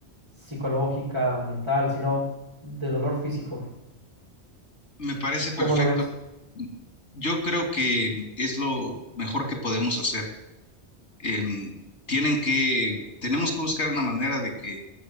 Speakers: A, on the right; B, on the left.
A: psicológica, mental, sino de dolor físico.
B: Me parece perfecto.
A: ¿Cómo lo ves?
B: Yo creo que es lo mejor que podemos hacer. Em, tienen que, tenemos que buscar una manera de que